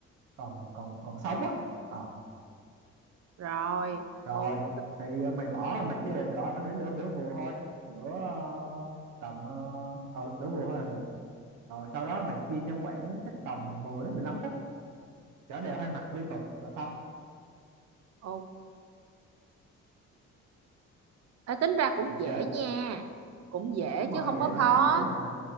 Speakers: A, on the right; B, on the right.
A: còn còn còn sống á Ờ,
B: rồi
A: rồi
B: ok
A: thì ờ, mày bỏ mày chỉ để cỏ để lửa đửa vừa thôi lửa ờ, tầm ờ ờ, đửa vừa thôi là được rồi sau đó mày chiên trong khoảng chắc tầm mười đến mười lăm phút chở đều hai mặt liên tục là xong
B: ok Ê, tính ra cũng
A: ok
B: dễ nha cũng dễ
A: đúng
B: chứ
A: rồi
B: không
A: dễ
B: có khó
A: mà dễ mà